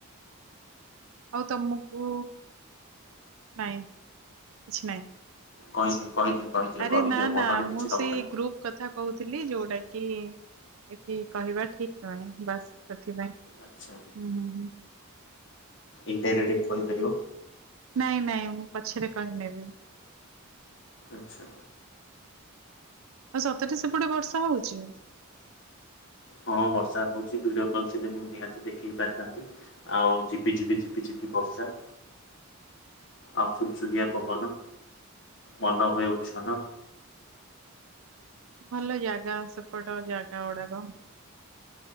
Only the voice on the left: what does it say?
କହିଦିଏ କହିଦିଏ କହିଦିଅ
କହିଦିଅ
ମନରେ
କିଛି
ରଖନି।
ଆଚ୍ଛା
ଇଣ୍ଡରେଟେ ଫୋନ କରିବ।
ଆଛା।
ହଁ ବର୍ଷା ହଉଛି ଭିଡିଓ କଲ ନିହାତି ଦେଖେଇ ପାରିଥାନ୍ତି। ଆଉ ଯିପିଝିପି ଯିପିିପି ବର୍ଷା। ଆଉ ସୁଲସୁଲିଆ ପବନ ମନ ହୁଏ ଉଛନ।